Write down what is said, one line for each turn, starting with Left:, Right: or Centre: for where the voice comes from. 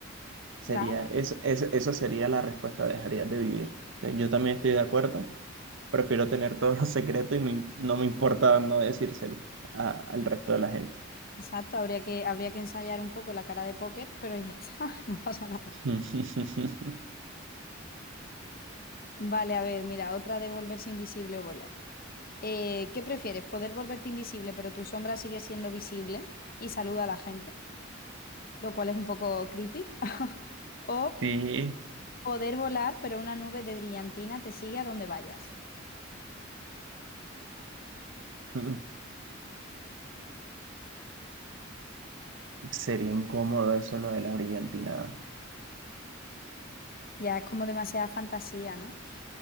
Right: Sería,
Left: claro,
Right: es, es- esa sería la respuesta, dejarías de vivir. Entonces, yo también estoy de acuerdo. Prefiero tener todos los secretos y me- no me importa no decírselo a- al resto de la gente.
Left: exacto. Habría que, habría que ensayar un poco la cara de póker, pero ya está, <laughs> no pasa nada.
Right: <laughs>
Left: Vale, a ver, mira, otra de volverse invisible o volar. Eh, ¿qué prefieres? ¿Poder volverte invisible, pero tu sombra sigue siendo visible y saluda a la gente? lo cual es un poco creepy. <laughs> O
Right: Sí,
Left: poder volar, pero una nube de brillantina te sigue a donde vayas.
Right: mm, sería incómodo eso lo de la brillantina,
Left: Ya es como demasiada fantasía, ¿no?